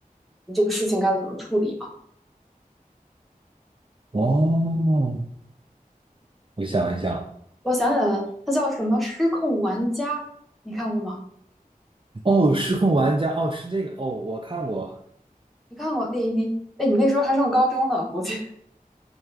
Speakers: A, in the centre; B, on the right.
A: 你这个事情该怎么处理嘛？
B: 哦，我想一想，
A: 我想起来了，它叫什么《失控玩家》，你看过吗？
B: 哦，失控玩家，哦，是这个，哦，我看过，
A: 你看过？你你哎，你那时候还上高中呢，估计